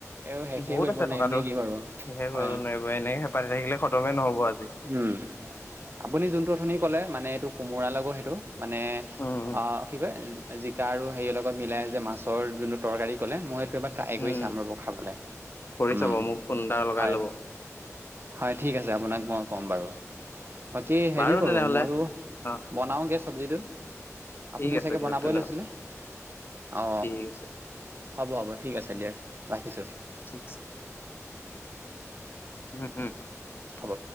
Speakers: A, on the right; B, on the left.
A: এই শেষে
B: বহুত
A: কৰিব
B: আছে
A: নোৱাৰিম
B: থকাতো
A: নেকি বাৰু
B: ঠিকে
A: হয়
B: কৰিব নোৱাৰিব এনেকে হেপাতি থাকিলে খতমে নহব আৰু <unintelligible>
A: উম আপুনি যোনটো অথনি কলে মানে এইটো কোমোৰা লিগে সেইটো। <unintelligible> মানে
B: উম। উম
A: অ কি কয়। জিকা আৰু হেৰি লগত মিলাই যে মাছৰ যোনটো তৰকাৰী ক'লে মই। এবা ট্ৰাই কৰি
B: উম।
A: চাম ৰ'ব খাবলে
B: কৰি
A: উম
B: চাব মোক ফোন এটা লগাই
A: হয়।
B: ল'ব
A: হয় ঠিক আছে আপোনাক মই। ক'ম বাৰু বাকী হেৰি
B: বাৰু
A: কৰো
B: তেনেহ'লে
A: ময়ো
B: অ'
A: বনাওগে চব্জিটো। আপুনিও
B: ঠিক আছে
A: চাগে
B: দিয়ক
A: বনাবই
B: তেনেহ'লে
A: লৈছিলে অ।
B: ঠিক আছে।
A: হ'ব হ'ব ঠিক আছে দিয়ক ৰাখিছো।
B: আছে উম হম। <unintelligible>
A: হ'ব।